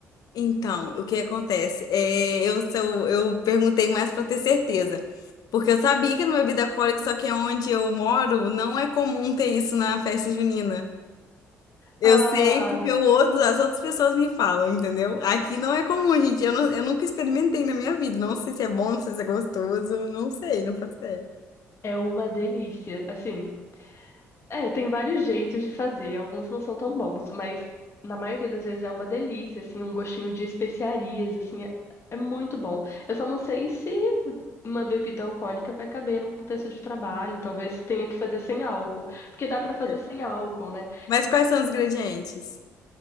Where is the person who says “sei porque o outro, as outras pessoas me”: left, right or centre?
Left